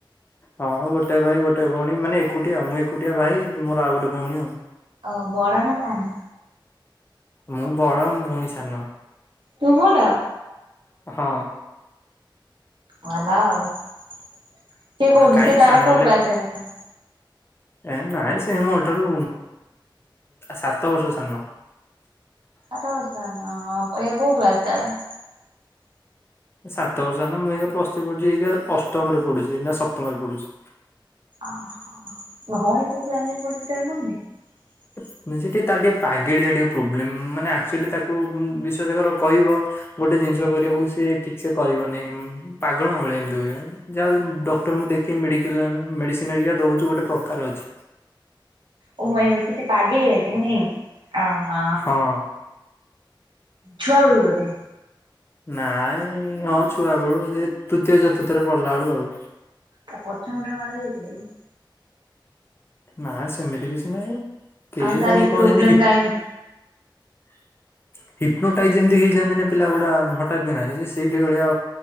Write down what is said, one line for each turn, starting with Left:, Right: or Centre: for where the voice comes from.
Left: ହଁ ଗୋଟେ ଭାଇ ଗୋଟେ ଭଉଣୀ ମାନେ ଏକୁଟିଆ ମୁଁ ଏକୁଟିଆ ଭାଇ ମୋର ଆଉ ଗୋଟେ ଭଉଣୀ ଆଉ।
Right: ଓ ବଡ ନା ସାନ?
Left: ମୁଁ ବଡ ମୋ ଭଉଣୀ ସାନ।
Right: ତୁ ବଡ଼?
Left: ହଁ।
Right: ଭଲ ଆଉ ସେ କଉଠି
Left: କାହିଁ
Right: ସେ ତାର
Left: ସାନ
Right: କୋଉ
Left: ହେଲେ
Right: କ୍ଲାସ ହେଲା?
Left: ଏ ନାଇଁ ସେ ମୋ ଠାରୁ ସାତ ବର୍ଷ ସାନ।
Right: ଏଇନା କୋଉ କ୍ଲାସ ତାର?
Left: ସାତ ବର୍ଷ ହେନେ ମୁଁ ଏଇ ପ୍ଲସ ଥ୍ରୀ ପଢୁଛି ଏଇା ଅଷ୍ଟମରେ ପଢୁଛି ନା ସପ୍ତମ ରେ ପଢୁଛି।
Right: ଅହୋ ଭଉଣୀ କୋଉ କ୍ଲାସରେ ପଢୁଛି ତାର ମନେ ନାହିଁ?
Left: ସେ ଟିକି ତାର ଟିକେ ପାଗେଳିଆ ଟିକେ ପ୍ରୋବ୍ଲେମ ମାନେ ଆଚୁଆଲି ତାକୁ ବିଶେଷକ କହିବ ଗୋଟେ ଜିନିଷ କରିବାକୁ ସେ ଠିକ ସେ କରିବନି ପାଗଣ ଭଳି ଏମିତି ହୁଏ ଯାହା ଡକ୍ଟର ଦେଖେ ମେଡିସିନ ଦଉଛୁ ଗୋଟେ ପ୍ରକାର ଅଛି।
Right: ଓ ମଇନଛି ଆଗେ ଅଛି ନାଇଁ ଅ ହ
Left: ହଁ
Right: ଛୁଆ ବେଳୁ ବୋଧେ?
Left: ନାଇଁ ହଁ ଛୁଆ ବେଳୁ ଏ ତୃତୀୟ ଚତୁର୍ଥରେ ପଡିଲା ବେଳୁ ଆଉ।
Right: ତା ପଛ ମୁଣ୍ଡ ମାଡ ହେଇଯାଇଥିଲା କି?
Left: ନା ସେମିତି କିଛି ନାହିଁ କେ
Right: ଆଉ ତାର
Left: ଜାଣିି କଣ
Right: ପ୍ରୋବ୍ଲେମ
Left: ଜାଣି ହିପନୋଟାଇ
Right: କାଇଁ
Left: ଯେମିତି ହେଇଯାଆନ୍ତି ନା ପିଲା ଗୁଡା ହଟାତ୍ ନାହିଁ ସେଇଠି ଭଳିଆ